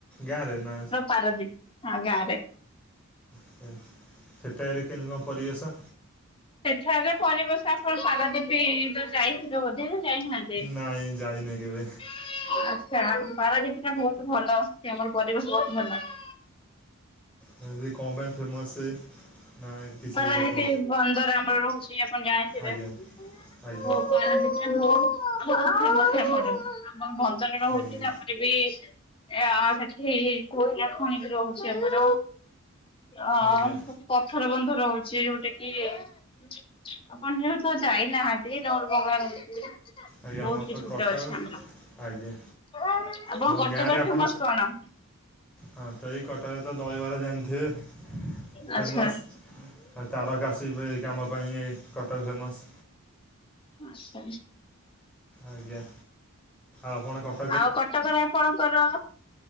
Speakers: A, in the centre; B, on the left.
A: ଗାଁରେ ନା
B: ପାରାଦ୍ବୀପ୍ ହଁ ଗାଁ ରେ।
A: <unintelligible> କେମିତି କଣ ପରିବେଶ।
B: ସେଠାରେ ପରବେଶ ଆଉ କଣ ପାରାଦୀପି ଯାଇନଥିଲୁ <inaudible> ବୋଧେ ଯାଇନାହାନ୍ତି।
A: ନାଇଁ ଯାଇନି କେବେ।
B: <inaudible> ପାରାଦୀପ୍ ଟା <unintelligible> ଭଲ ଆସୁଛି ଆମର ପରିବେଶ ବହୁତ ଭଲ ଅଛି।
A: <unintelligible> କଣ ପାଇଁ ଫେମସେ ନା କିଛି
B: ପାରାଦୀପି
A: ଏଠି
B: ବନ୍ଦର ଆମର ରହୁଛି ଆପଣ ଜାଣିଥିବେ।
A: ଆଜ୍ଞା
B: <unintelligible> <inaudible>
A: ଆଜ୍ଞା
B: <unintelligible>
A: ଆଜ୍ଞା
B: ସେଠି କୋଇଲା ଖଣି ବି ରହୁଛି ଆମର। ଅ
A: ଆଜ୍ଞା
B: ପଥର ବନ୍ଧ ରହୁଛି ଯୋଉଠି କି ଆପଣ ଯେହେତୁ ଯାଇନାହାନ୍ତି <unintelligible> ରହୁଚି
A: ଆଜ୍ଞା ଆମର
B: ବହୁତ
A: ତ
B: କିଛିଟେ
A: କଟକ
B: ଅଛି ଆମର
A: ଆଜ୍ଞା
B: ଆପଣଙ୍କ
A: ଆଉ
B: କଟକ
A: ଗାଁରେ ଆପଣ
B: ଫେମସ୍ କଣ?
A: ହଁ ତ ଏଇ ତ କଟକ ଦହିବରା ଜାଣିଥିବେ ଫେମସ୍।
B: ଆଚ୍ଛା।
A: ଆ ତାରକାସି କାମ ପାଇଁ ଏ କଟକ ଫେମସ୍।
B: ଆଚ୍ଛା।
A: ଆଜ୍ଞା ଆପଣ କ
B: ଆଉ କଟକରେ ଆପଣଙ୍କର